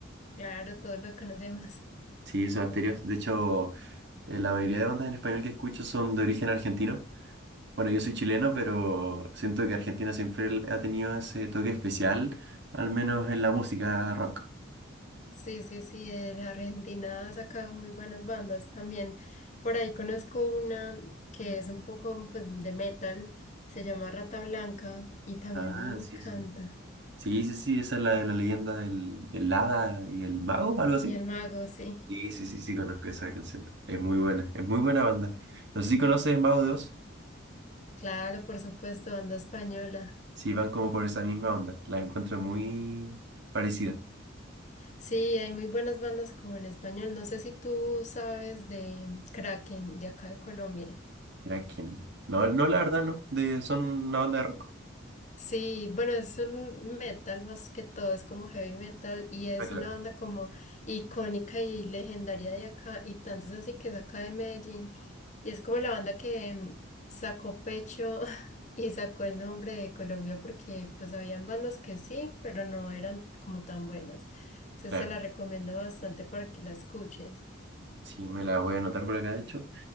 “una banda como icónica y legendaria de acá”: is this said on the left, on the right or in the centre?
Left